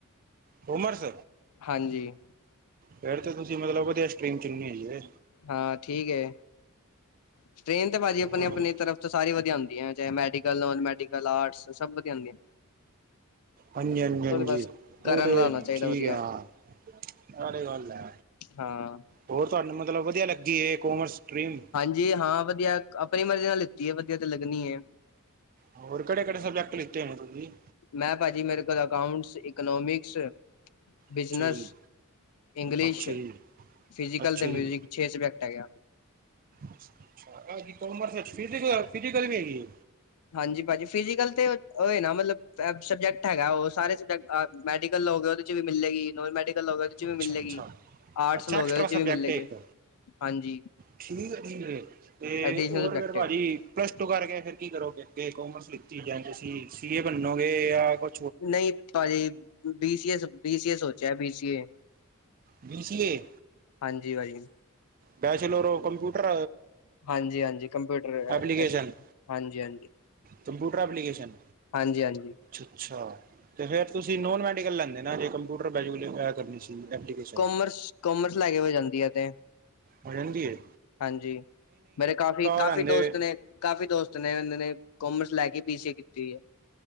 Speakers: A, on the right (about 40°); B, on the left (about 85°).
A: ਕੋਮਰਸ।
B: ਹਾਂਜੀ।
A: ਫੇਰ ਤਾਂ ਤੁਸੀਂ ਮਤਲਬ ਵਧੀਆ ਸਟਰੀਮ ਚੁਣੀ ਹੋਈ ਏ।
B: ਹਾਂ ਠੀਕ ਐ, ਸਟਰਿਮ ਤੇ ਭਾਜੀ ਆਪਣੀ-
A: ਹੋਰ
B: ਆਪਣੀ
A: ਹਾਂਜੀ
B: ਤਰਫ ਚ ਸਾਰੀ ਵਧੀਆ ਹੁੰਦੀ ਐ ਚਾਹੇ ਮੈਡੀਕਲ ਨੋਨ ਮੈਡੀਕਲ ਆਰਟਸ, ਸਭ ਵਧੀਆ ਹੁੰਦੀ ਐ।
A: ਹਾਂਜੀ, ਹਾਂਜੀ, ਹਾਂਜੀ
B: ਬਸ ਕਰਨ
A: ਉਹਤੇ
B: ਵਾਲਾ ਹੋਣਾ ਚਾਹੀਦਾ
A: ਠੀਕ
B: ਵਧੀਆ
A: ਆ। <unintelligible> ਗੱਲ ਐ
B: ਹਾਂ
A: ਹੋਰ ਤੁਹਾਨੂੰ ਮਤਲਬ ਵਧੀਆ ਲੱਗੀ ਐ ਕੋਮਰਸ ਸਟਰਿਮ
B: ਜੀ ਹਾਂ ਵਧੀਆ, ਆਪਣੀ ਮਰਜ਼ੀ ਨਾਲ ਲਿੱਤੀ ਐ ਵਧੀਆ ਤੇ ਲੱਗਨੀ ਐ।
A: ਹੋਰ ਕੇਹੜੇ- ਕੇਹੜੇ ਸਬਜੈਕਟ ਲਿਤੇ ਐ ਤੁਸੀ?
B: ਮੈਂ ਭਾਜੀ ਮੇਰੇ ਕੋਲ ਅਕਾਊਟਸ, ਇਕਨੋਮਿਕਸ ਬਿਜ਼ਨਸ,
A: ਅੱਛਾ ਜੀ
B: ਇੰਗਲਿਸ਼,
A: ਅੱਛਾ ਜੀ
B: ਫਿਜ਼ੀਕਲ
A: ਅੱਛਾ
B: ਤੇ ਮਿਊਜ਼ਿਕ
A: ਜੀ
B: ਛੇ ਸਬਜੈਕਟ ਹੈਗਾ ਆ
A: ਅੱਛਾ ਕਮਰਸ ਵਿਚ ਫਿਜ਼ੀਕਲ, ਫਿਜੀਕਲ ਵੀ ਹੈਗੀ
B: ਹਾਂਜੀ ਭਾਜੀ ਫਿਜੀਕਲ ਤੇ ਉਹ ਐ ਨਾ ਮਤਲਬ ਸਬਜੈਕਟ ਹੈਗਾ ਉਹ ਸਾਰੇ ਸਬਜੈਕਟ ਅ ਮੈਡੀਕਲ ਲਓਗੇ ਉਹਦੇ ਚ ਵੀ ਮਿਲਜੇਗੀ, ਨੋਨ ਮੈਡੀਕ ਕਲ ਲਓਗੇ ਉਦੇ ਚ ਵੀ
A: ਅੱਛਾ
B: ਮਿਲਜੇਗੀ
A: ਅੱਛਾ
B: ਆਰਟਸ
A: ਅੱਛਾ
B: ਲੋਗੇ
A: ਐਕਸਟਰਾ
B: ਉਦੇ ਚ ਵੀ
A: ਸਬਜੈਕਟ
B: ਮਿਲੇਗੀ
A: ਏ ਇੱਕ
B: ਹਾਂਜੀ
A: ਠੀਕ ਐ, ਠੀਕ ਐ, ਤੇ
B: ਐਡੀਸ਼ਨਲ
A: ਔਰ
B: ਸਬਜੈਕਟ
A: ਫੇਰ ਭਾਜੀ
B: ਏ
A: ਪਲਸ ਟੂ ਕਰਕੇ ਫੇਰ ਕੀ ਕਰੋਗੇ ਅੱਗੇ ਕੋਮਰਸ ਲਿੱਤੀ ਜੇ ਤੁਸੀਂ ਸੀ ਏ ਬਨੋਗੇ ਜਾਂ ਕੁ
B: ਨਹੀਂ ਭਾਜੀ ਬੀ ਸੀ ਏ, ਬੀ ਸੀ ਏ ਸੋਚਿਆ B C A
A: B C A
B: ਹਾਂਜੀ ਭਾਜੀ
A: ਬੈਚਲਰ ਆਫ ਕੰਪਿਊਟਰ
B: ਹਾਂਜੀ-ਹਾਂਜੀ ਕੰਪਿਊਟਰ
A: ਐਪਲੀਕੇਸ਼ਨ
B: ਐ ਹਾਂਜੀ-ਹਾਂਜੀ
A: ਕੰਪਿਊਟਰ ਐਪਲੀਕੇਸ਼ਨ
B: ਹਾਂਜੀ-ਹਾਂਜੀ
A: ਅੱਛਾ-ਅੱਛਾ ਤੇ ਫੇਰ ਤੁਸੀਂ ਨੋਨ ਮੈਡੀਕਲ ਲੈਂਦੇ ਨਾ ਕੰਪਿਊਟਰ ਬੈਚਲਰ ਐ ਕਰਨੀ ਸੀ ਐਪਲੀਕੇਸਨ
B: ਕੋਮਰਸ-ਕੋਮਰਸ ਲੈ ਕੇ ਹੋ ਜਾਂਦੀ ਐ ਐਹ ਤੇ
A: ਹੋ ਜਾਂਦੀ ਐ
B: ਹਾਂਜੀ ਮੇਰੇ ਕਾਫ਼ੀ-ਕਾਫ਼ੀ
A: ਰਹਿੰਦੇ
B: ਦੋਸਤ ਨੇ ਕਾਫ਼ੀ ਦੋਸਤ ਨੇ ਉਹਨਾਂ ਨੇ ਕੋਮਰਸ ਲੈ ਕੇ ਬੀ ਸੀ ਏ ਕੀਤੀ ਹੋਈ ਹੈ